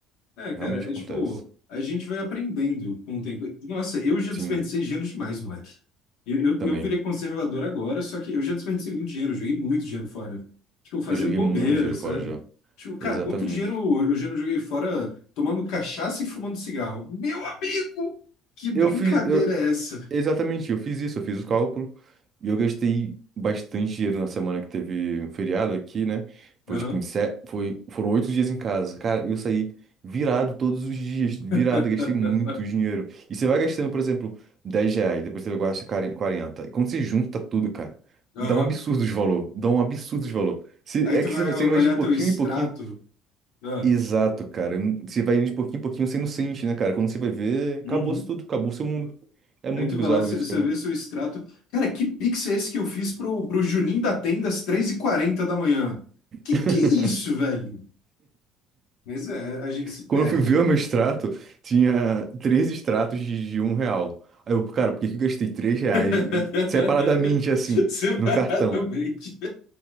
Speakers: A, on the left (about 65°); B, on the right (about 25°).
A: É,
B: Realmente
A: cara,
B: acontece.
A: é tipo, a gente vai aprendendo com o tempo. Nossa, eu já
B: Sim,
A: desperdicei dinheiro demais, moleque. Eu, eu,
B: também.
A: eu virei conservador agora, só que eu já desperdicei muito dinheiro, eu joguei muito dinheiro fora. Tipo, fazendo
B: Eu joguei
A: bobeira,
B: muito dinheiro
A: sabe?
B: fora já.
A: Tipo, cara,
B: Exatamente.
A: quanto dinheiro eu eu já não joguei fora tomando cachaça e fumando cigarro? Meu amigo! Que brincadeira
B: Eu fiz. Eu,
A: é essa?
B: Exatamente, eu fiz isso, eu fiz o cálculo e eu gastei bastante dinheiro na semana que teve um feriado aqui, né? Foi
A: Aham,
B: tipo, em se- foi, foram oito dias em casa. Cara, eu saí virado todos os dias, virado,
A: <laughs>
B: gastei muito dinheiro. E você vai gastando, por exemplo, 10 reais, depois você gasta quaren- quarenta E quando você junta tudo, cara,
A: aham.
B: dá um absurdo de valor, dá um absurdo de valor. Se,
A: Aí
B: é
A: tu
B: que
A: vai
B: você vai,
A: olhar
B: você vai de pouquinho
A: teu extrato.
B: em pouquinho.
A: Ah,
B: Exato, cara. Você vai indo de pouquinho em pouquinho, você não sente, né, cara? Quando você vai ver, acabou-se
A: uhum.
B: tudo, acabou o seu mundo. É muito
A: Aí tu
B: bizarro
A: vai lá, você
B: isso, cara.
A: vê seu extrato. Cara, que pix é esse que eu fiz pro, pro Juninho da Tenda às 3h40 da manhã? Que
B: <laughs>
A: que é isso, velho? Mas é, a gente se
B: Quando
A: perde,
B: eu fui ver
A: cara.
B: o meu extrato, tinha três extratos de, de um real. Aí eu, cara, por que que eu gastei três reais
A: <laughs>
B: separadamente assim,
A: Separadamente.
B: no cartão?